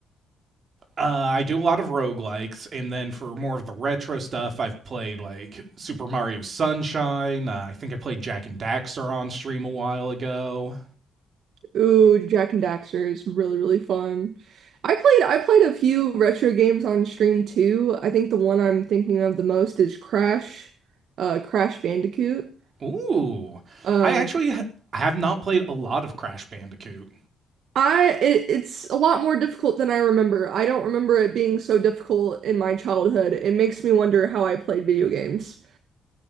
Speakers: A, on the right; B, on the right.
A: Uh, I do a lot of roguelikes, and then for more of the retro stuff, I've played like Super Mario Sunshine. Uh, I think I played Jack and Daxter on stream a while ago.
B: Ooh, Jack and Daxter is really, really fun. I played I played a few retro games on stream too. I think the one I'm thinking of the most is Crash, uh, Crash Bandicoot.
A: Ooh,
B: Um,
A: I actually ha- have not played a lot of Crash Bandicoot.
B: I it, it's a lot more difficult than I remember. I don't remember it being so difficult in my childhood. It makes me wonder how I played video games.